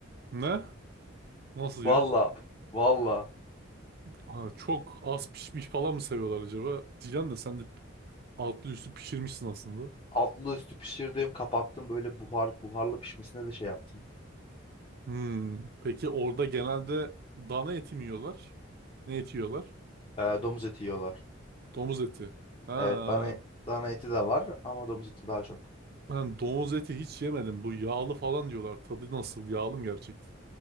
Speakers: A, on the right (about 50°); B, on the left (about 25°).
A: Ne? Nasıl ya?
B: Valla, valla.
A: Ha, çok az pişmiş falan mı seviyorlar acaba? Diyeceğim de sen de altlı üstü pişirmişsin aslında.
B: Altlı üstü pişirdim, kapattım. Böyle buhar, buharlı pişmesine de şey yaptım.
A: Hmm. Peki orada genelde dana eti mi yiyorlar? Ne eti yiyorlar?
B: Ee, domuz eti yiyorlar.
A: Domuz eti. Ha,
B: Evet, dana, dana eti de var ama domuz eti daha çok.
A: Ben domuz eti hiç yemedim. Bu yağlı falan diyorlar. Tadı nasıl? Yağlı mı gerçekten?